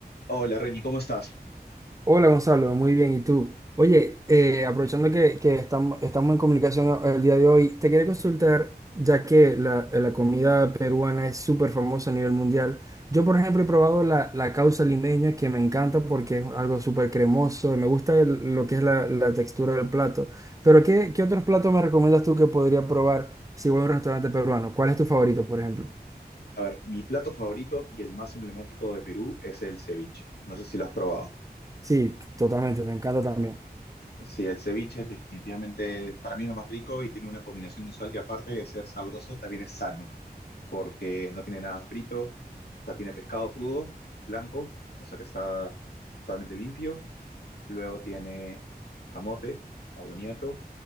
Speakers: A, on the left (about 75°); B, on the right (about 20°).
A: Hola Reni, ¿cómo estás?
B: Hola Gonzalo, muy bien. ¿Y tú? Oye, eh, aprovechando que, que estamos, estamos en comunicación eh, el día de hoy, te quería consultar, ya que la, la comida peruana es súper famosa a nivel mundial. Yo, por ejemplo, he probado la, la causa limeña, que me encanta porque es algo súper cremoso, y me gusta el- lo que es la, la textura del plato. Pero, ¿qué, qué otros platos me recomiendas tú que podría probar si voy a un restaurante peruano? ¿Cuál es tu favorito, por ejemplo?
A: A ver, mi plato favorito y el más emblemático de Perú es el ceviche. No sé si lo has probado.
B: Sí, totalmente, me encanta también.
A: Sí, el ceviche es definitivamente para mí lo más rico y tiene una combinación usual que aparte de ser sabroso, también es sano, porque no tiene nada frito, o sea, tiene pescado crudo, blanco, o sea que está totalmente limpio. Luego tiene camote, aboniato,